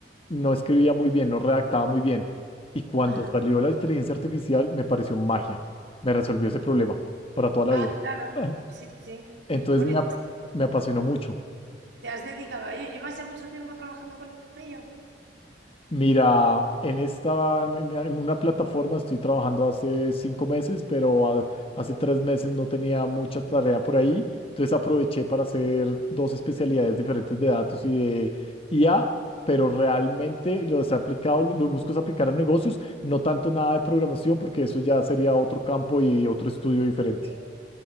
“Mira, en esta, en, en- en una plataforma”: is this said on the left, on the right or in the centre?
Left